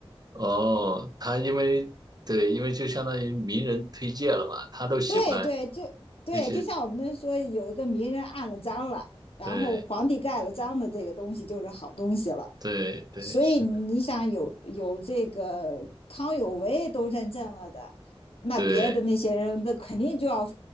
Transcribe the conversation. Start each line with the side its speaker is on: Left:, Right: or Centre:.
Right: 哦，他因为对，因为就相当于名人推荐了嘛，他都喜欢
Left: 对对，就对，
Right: 那些，
Left: 就像我们说有一个名人按了章了，然后皇帝盖了章的这个东西就是好东西了。
Right: 对对对，
Left: 所以你想有有这个康有为都认证了的，
Right: 是的，
Left: 那别的那些人那肯定就要
Right: 对，